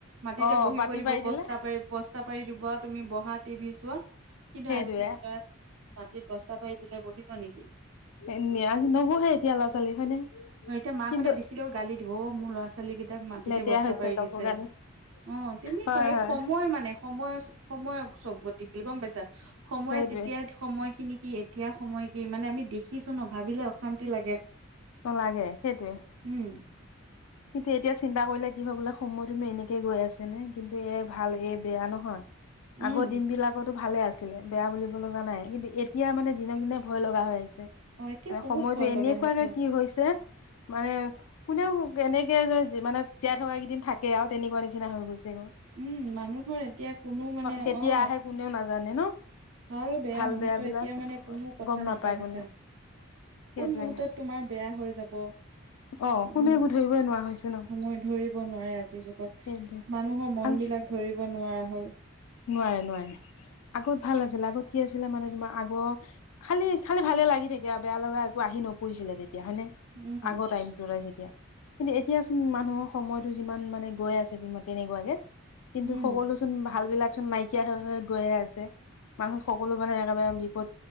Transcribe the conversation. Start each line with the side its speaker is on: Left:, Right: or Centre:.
Right: মাটিতে
Left: অ
Right: বহিব
Left: পাতি
Right: দিব
Left: পাৰি
Right: বস্তা
Left: দিলে।
Right: পাৰি বস্তা পাৰি দিব আউ তুমি বহা টিভি চোৱা কিন্তু
Left: সেইটোয়ে
Right: আজিকালি ল'ৰাক মাটিত বস্তা পাৰি দিলে বহিব নিকি
Left: এ নেআ নবহে এতিয়া ল'ৰা ছোৱালী হয়নে
Right: অ এতিয়া মাকহঁতে
Left: কিন্তু
Right: দেখিলেও গালি দিব অ মোৰ ল'ৰা ছোৱালী কেই তাক মাটিতে
Left: লেতেৰা
Right: বস্তা
Left: হৈছে
Right: পাৰি
Left: কাপোৰ
Right: দিছে
Left: কানি
Right: অ তেনেকুৱা
Left: হয়
Right: সেই
Left: হয়
Right: সময় মানে সময়ছ সময় চব গতিশীল গম পাইছা সময়ে
Left: সেইটোৱে
Right: তেতিয়া সময় খিনি কি এতিয়া সময় কি মানে আমি দেখিছো ন ভাবিলে অশান্তি লাগে
Left: অ লাগে সেইটোৱে
Right: উম
Left: কিন্তু এতিয়া চিন্তা কৰিলে কি হয় বোলে সময়টোনো এনেকে গৈ আছে তেনে কিন্তু এ ভাল এই বেয়া নহয়
Right: উম
Left: আগৰ দিন বিলাক আগটো ভালে আছিলে বেয়া বুলিব লগা নাই কিন্তু এতিয়া মানে দিনক দিনে ভয় লগা হৈ আহিছে
Right: অ এতিয়া
Left: মানে
Right: বহুত
Left: সময়টো
Right: ভয়
Left: এনেকুৱাকে
Right: লগা হৈছে
Left: কি হৈছে মানে কোনেও কেনেকে যে জীৱনত জীয়াই থকা কেইদিন থাকে আৰু তেনেকুৱা নিচিনা হৈ গৈছে ক
Right: উম মানুহৰ এতিয়া কোনো মানে,
Left: কেতিয়া
Right: অ।
Left: আহে কোনেও নাজানে ন।
Right: হয় বেয়া
Left: ভাল
Right: মুহৰ্ত
Left: বিলাক
Right: এতিয়া মানে কোনো কথা
Left: গম নাপায়
Right: নাইকিয়া হয়
Left: কোনেও
Right: যেন।
Left: সেইটোৱে
Right: কোন মুহুৰ্তত তোমাৰ বেয়া হৈ যাব। উম
Left: অ কোনে
Right: সময়
Left: একো ধৰিবই নোৱাৰা হৈছে ন
Right: ধৰিব নোৱাৰে আজিৰ যুগত
Left: সেইটোৱে।
Right: মানুহৰ মনবিলাক ধৰিব নোৱাৰা হ'ল।
Left: নোৱাৰে নোৱাৰে, আগত ভাল আছিলে আগত কি আছিলে মানে তোমাৰ আগ খালি খালি ভালে লাগি থাকে আৰু বেয়া লগা একো নপৰিছিলে তেতিয়া হয়নে?
Right: উম,
Left: আগৰ টাইমটোতে যেতিয়া। কিন্তু এতিয়া চোন মানুহৰ সময়টো যিমান মানে গৈ আছে তেনেকুৱাকে কিন্তু
Right: উম।
Left: সকলো চোন ভালবিলাক চোন নাইকিয়া হৈ গৈহে আছে মানুহ সকলো মানে একেবাৰে বিপদ